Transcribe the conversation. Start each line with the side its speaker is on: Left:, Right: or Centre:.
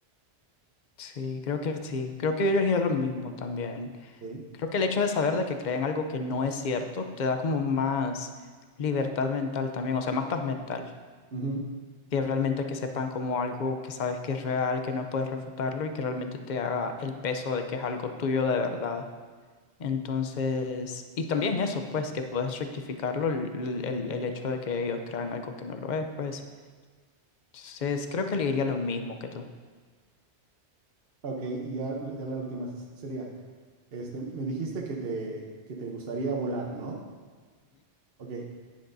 Left: Sí, creo que sí. Creo que yo elegiría lo mismo también.
Right: ¿sí?
Left: Creo que el hecho de saber de que creen algo que no es cierto te da como más libertad mental también, o sea, más paz mental,
Right: Ujú.
Left: que realmente que sepan como algo que sabes que es real, que no puedes refutarlo y que realmente te haga el peso de que es algo tuyo de verdad. Entonces, y también eso, pues, que puedes rectificarlo, el, el- el hecho de que que que que ellos crean algo que no lo lo es pues entonces creo que le diría lo mismo que tú
Right: Ok, y ya, ya la última se- sería, este, me dijiste que te, que te gustaría volar, ¿no? Ok,